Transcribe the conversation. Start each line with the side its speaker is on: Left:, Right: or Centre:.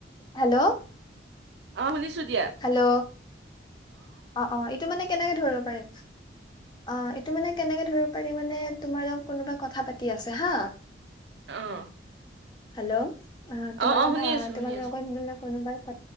Left: হেল্ল'।
Right: অ', শুনিছোঁ দিয়া।
Left: হেল্ল' অ', অ', এইটো মানে কেনেকে ধৰিব পাৰি। অ', এইটো মানে কেনেকে ধৰিব পাৰি মানে, তোমাৰ লগত কোনোবা কথা পাতি আছে হা। <inaudible>
Right: অ'।
Left: হেল্ল' তোমা
Right: অ অ
Left: লৈ
Right: শুনি আছো
Left: তোমাল
Right: শুনি আছো
Left: আগত কোনোবাই অ